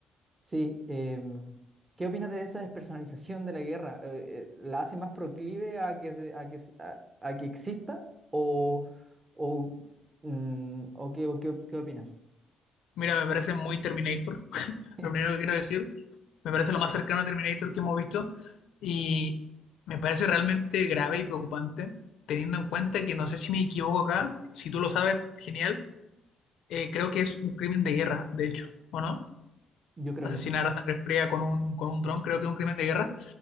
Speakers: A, on the right; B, on the left.
A: Sí, em, ¿qué opinas de esa despersonalización de la guerra? Eh, eh, ¿la hace más proclive a que, se- a que, se- a, a que exista? ¿O, o, mm, o qué, o qué, qué opinas?
B: Mira, me parece muy Terminator, <laughs>
A: <laughs>
B: lo primero que quiero decir. Me parece lo más cercano a Terminator que hemos visto y me parece realmente grave y preocupante, teniendo en cuenta que no sé si me equivoco acá, si tú lo sabes, genial, eh, creo que es un crimen de guerra, de hecho, ¿o no?
A: Yo creo
B: Asesinar
A: que sí.
B: a sangre fría con un, con un dron, creo que es un crimen de guerra